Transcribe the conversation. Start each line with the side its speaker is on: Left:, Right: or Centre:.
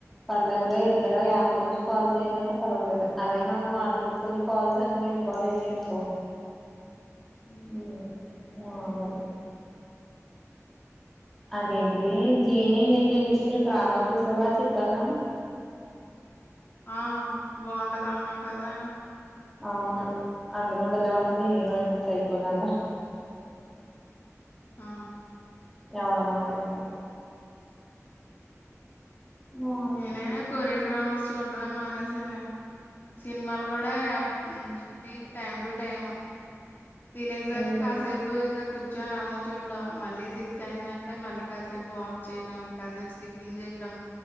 Centre: పర్లల్లో ఇద్దరు
Left: హ్మ్.
Centre: యాప్ లో నుంచి కాల్ చేయాలంటే పర్వాలేదు అదే మనం మాట్లాడుకుని కాల్స్ అన్ని రికార్డ్ అయనాయినుకో
Left: హ్మ్.
Centre: ఉహూ ఆ గాదే అదేంటిది జీని మేకే విషయం డ్రామా చూసావా చెప్పాను
Left: ఆ బాగుంటద అన్నావు కదా
Centre: అవును అందులో భలే ఉంటది హీరోయిన్ సైకోలాగా
Left: ఆ
Centre: ఎవరి మాట వినదు బాగుంది
Left: నేనే కొరియన్ డ్రామాస్ చూడుమే మనేసానే సినిమాలు కూడా ఏప్ ఏంటి టైమ్ టు టైమ్ తినేసాక
Centre: ఉమ్
Left: కాసేపు ఇంకా కు కూర్చొని ఎలా చూడడం మళ్ళీ సిక్స్ అయిందంటే మళ్ళీ కాసేపు వాక్ చేయడం కాసేపు స్కిప్పింగ్ చేయడం